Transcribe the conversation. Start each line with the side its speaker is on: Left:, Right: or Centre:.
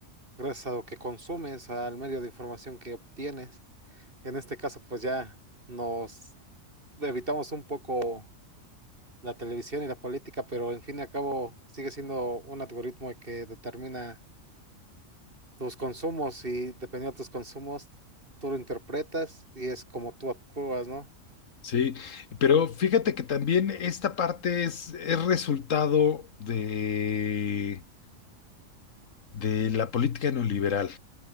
Right: gracias a lo que consumes, al medio de información que obtienes. En este caso, pues ya nos evitamos un poco la televisión y la política, pero en fin y al cabo sigue siendo un algoritmo que determina tus consumos y dependiendo de tus consumos, tú lo interpretas y es como tú actúas, ¿no?
Left: Sí, pero fíjate que también esta parte es, es resultado de, de la política neoliberal.